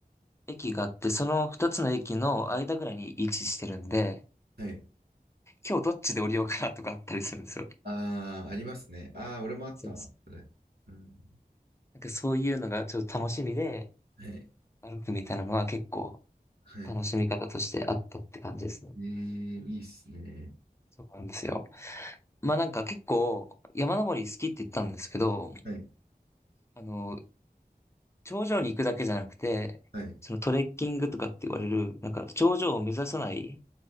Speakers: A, on the left; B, on the right.
A: 駅があって、その二つの駅の間ぐらいに位置してるんで、
B: はい。
A: 今日どっちで降りようかなとかあったりするんですよ。
B: ああ、ありますね。ああ、俺もあった。
A: そうです。
B: それ。うん。
A: なんかそういうのがちょっと楽しみで
B: はい。
A: 歩くみたいなのは結構
B: はい。
A: 楽しみ方としてあったって感じですね。
B: ええ、いいっすね。
A: そうなんですよ。まあなんか結構山登り好きって言ったんですけど、
B: はい。
A: あの、頂上に行くだけじゃなくて、
B: はい。
A: そのトレッキングとかって言われる、なんか頂上を目指さない